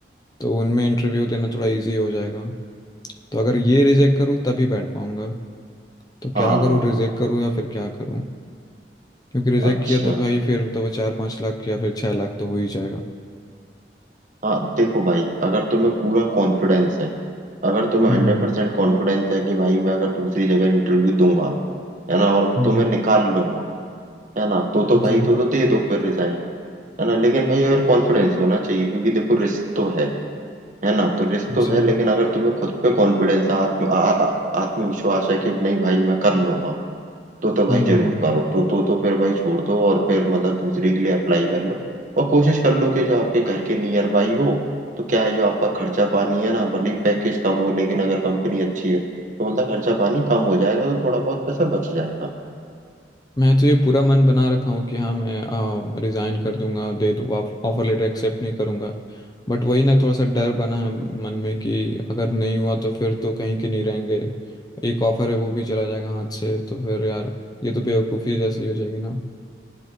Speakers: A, on the left (about 20°); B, on the right (about 45°).
A: तो उनमें इंटरव्यू देना थोड़ा इजी हो जाएगा तो अगर ये रिजेक्ट करूँ तभी बैठ पाऊंगा तो
B: हाँ
A: क्या करूँ रिजेक्ट करूँ या फिर क्या करूँ क्योंकि रिजेक्ट
B: अच्छा
A: किया तो भाई फिर तो वो चार पाँच लाख या फिर छह लाख तो हो ही जाएगा
B: हाँ देखो भाई अगर तुम्हें पूरा कॉन्फिडेंस है अगर तुम्हें
A: हम्म
B: हंड्रेड
A: हम्म
B: परसेंट कॉन्फिडेंस है कि भाई मैं अगर दूसरी जगह इंटरव्यू दूंगा है ना और
A: हम्म,
B: तुम्हें निकाल लूंगा है ना तो तो भाई
A: जी
B: तो तो दे दो फिर रिजाइन है ना लेकिन भाई अगर कॉन्फिडेंस होना चाहिए क्योंकि देखो रिस्क तो है है ना तो रिस्क तो
A: जी
B: है लेकिन अगर तुम्हें खुद पे कॉन्फिडेंस आत्म आ, आ, आत्मविश्वास है कि नहीं भाई मैं कर लूंगा तो तो भाई
A: हम्म
B: जरूर करो तो तो तो फिर भाई छोड़ दो और फिर मतलब दूसरी के लिए अप्लाई कर लो और कोशिश कर लो कि जो आपके घर के नियर बाई हो तो क्या है जो आपका खर्चा पानी है ना भले ही पैकेज कम हो लेकिन अगर कंपनी अच्छी है तो मतलब खर्चा पानी कम हो जाएगा तो थोड़ा बहुत पैसा बच जाएगा
A: मैं तो ये पूरा मन बना रखा हूँ कि हाँ मैं रिज़ाइन कर दूंगा दे दूँ ऑफर लेटर एक्सेप्ट नहीं करूँगा बट वही ना थोड़ा सा डर बना है मन में कि अगर नहीं हुआ तो फिर तो कहीं के नहीं रहेंगे एक ऑफर है वो भी चला जाएगा हाथ से तो फिर यार ये तो बेवकूफ़ी जैसी हो जाएगी ना